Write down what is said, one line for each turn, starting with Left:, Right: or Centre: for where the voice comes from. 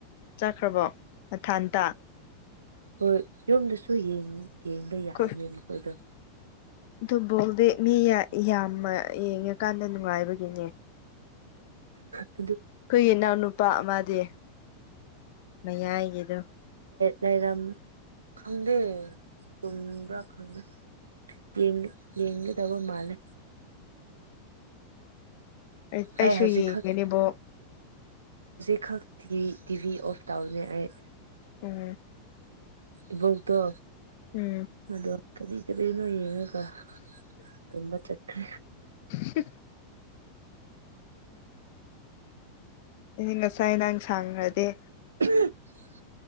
Left: ꯆꯠꯈ꯭ꯔꯕꯣ ꯃꯊꯥꯟꯇꯥ
Right: ꯍꯣꯏ ꯌꯨꯝꯗꯁꯨ ꯌꯦꯡꯕ
Left: ꯑꯩꯈꯣꯏ
Right: ꯌꯥꯃꯦ ꯃꯈꯣꯏꯗꯣ
Left: ꯑꯗꯨ ꯕꯣꯛꯗꯤ ꯃꯤ ꯌꯥꯝꯅ ꯌꯦꯡꯉꯀꯥꯟꯗ ꯅꯨꯡꯉꯥꯏꯕꯒꯤꯅꯦ
Right: ꯎ
Left: ꯑꯩꯈꯣꯏꯒꯤ ꯏꯅꯥꯎꯅꯨꯄꯥ ꯑꯃꯗꯤ ꯃꯌꯥꯏꯒꯤꯗꯣ
Right: ꯂꯩꯔꯝ ꯈꯪꯗꯦ ꯇꯨꯝꯕ꯭ꯔꯥ ꯈꯪꯗꯦ ꯌꯦꯡ ꯌꯦꯡꯒꯗꯕ ꯃꯥꯂꯦ
Left: ꯑꯩꯁꯨ
Right: ꯑꯩ ꯍꯧꯖꯤꯛ
Left: ꯌꯦꯡꯉꯦꯅꯦꯕꯣ
Right: ꯈꯛ ꯑꯩꯈꯛꯇꯤ ꯇꯤꯚꯤ ꯑꯣꯐ ꯇꯧꯅꯦ ꯑꯩ
Left: ꯎꯝ
Right: ꯏꯕꯧꯗꯣ
Left: ꯎꯝ
Right: ꯑꯗꯣ ꯀꯔꯤ ꯀꯔꯤꯅꯣ ꯌꯦꯡꯉ ꯇꯨꯝ ꯆꯈ
Left: <inaudible> ꯑꯩ ꯉꯁꯥꯏ ꯅꯍꯪ ꯁꯥꯡꯈ꯭ꯔꯗꯤꯦ
Right: <inaudible>